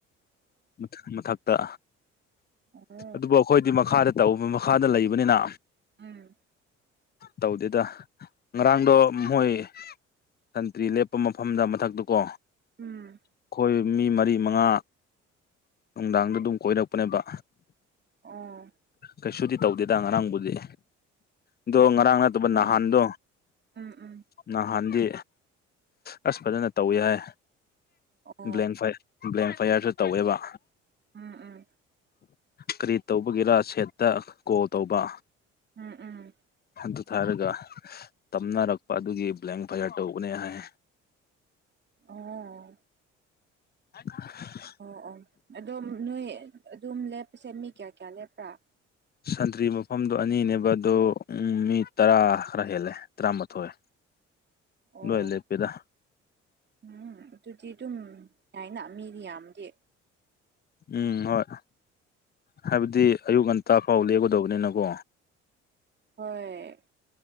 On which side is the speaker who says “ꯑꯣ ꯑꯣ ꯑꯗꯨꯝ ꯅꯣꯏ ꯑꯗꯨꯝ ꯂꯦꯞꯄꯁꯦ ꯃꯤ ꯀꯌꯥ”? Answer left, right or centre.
Right